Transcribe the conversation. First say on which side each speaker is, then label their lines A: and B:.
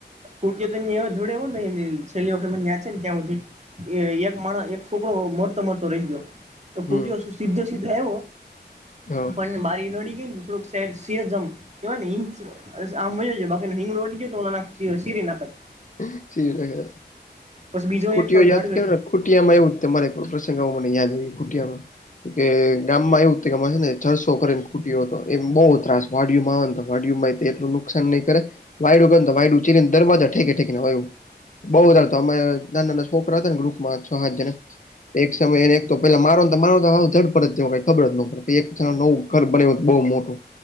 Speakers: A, on the right (about 40°); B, on the left (about 45°).
A: કુ તો તાઈ યા જોડે હો ને છેલ્લી વખત મનેયાંચ છે ને ત્યાં હુધી એ એક માણ એક છોકરો મળરતો મરતો રહી ગયો. તો ખૂટ્યો
B: હમ
A: <unintelligible> સીધો સીધો આવ્યો
B: હા
A: પણ બારી નડી ગઈ ને થોડુંક સેર સેર જમ કહેવાય ને હિંગ આ આમજ બાકી ને <unintelligible> નાખત.
B: <unintelligible>
A: પછી બીજો
B: ખૂટ્યો
A: એક તો ઝાડવે
B: જાત કહેવાય ખૂટ્યો માં એવું તમારે એક વસ્તુ સિંઘાવવામાં મને યાદ રહી ખુટિયા માં કે ગામમાં એવું તે ગામમાં છે ને ચાર છોકરી નો ચા ખૂટ્યો હતો. એમ બહુ ત્રાસ વાડીયુંમાં આવે ને તો વાડીય માં એટલું નુકસાન નહી કરે. વાયડું ગ વાયડું ચિને દરવાજા ઠેકેઠેકને વાયું બઉ વધારે અમે નાના નાના છોકરા હતા ને ગ્રુપમાં છ હજારને એક સમય એને એક તો પેલા મારોને તો મારો તો <unintelligible> જ કઈ ખબર જ ન પડે. એક નવું ઘર બનાયું તો બહ મોટું